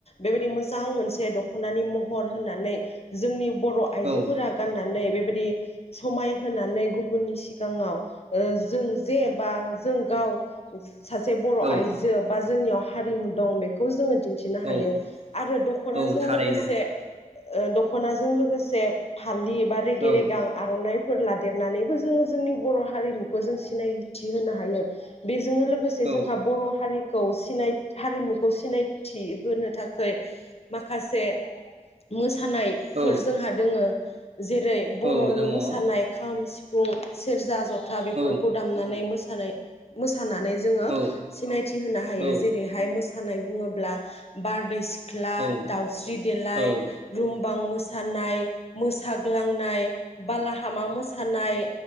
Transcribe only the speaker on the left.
बेबायदि मो मोजां मोनसे दख'नानि महर होननानै जोंनि बर' आइजोफोरा
गाननानै बे बादि समाय होनानै गुबुननि सिगाङाव ओ जों जे बा जों गाव सासे बर'
आइजो बा जोंनियाव हारिमु दं बेखौ जोङो दिन्थिनो
हायो आरो दख'नाजों
लोगोसे ओ दख'नाजों लोगोसे फा फालि एबा रेगे
रेगां आर'नाइ फोर लादेरनानैबो जोङो जोंनि बर' हारिमुखौ जों सिनायथि होनो हायो। जोंनो लोगोसे
जोंहा बर' हारिखौ सिनाय हारिमुखौ सिनायथि होनो थाखाय माखासे मोसा सानायफोर
जोंहा दोङो। जेरै
बर'नि
मोसानाय
खाम सिफुं बुं सेरजा जथ था बेफोरखौ
दामनानै मोसानाय <inaudible> मो मोसानानै जोङो
सिनायथि होनो हायो
जेरैहाय मो नाय बुङोब्ला बारदै सि ख्ला
दाउस्रि देलाय
रुमबां मोसानाय मोसाग्लांनाय बालाहामा मोसानाय